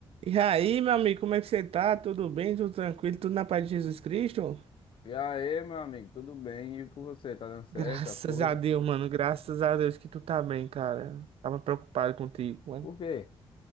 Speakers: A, on the right; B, on the left.
A: E aí, meu amigo, como é que você tá? Tudo bem? Tudo tranquilo? Tudo na paz de Jesus Cristo?
B: E aí, meu amigo, tudo bem? E com você? Tá dando certo
A: Graças
B: as coisas?
A: a Deus, mano. Graças a Deus que tu tá bem, cara. Tava preocupado contigo, mano.
B: Por quê?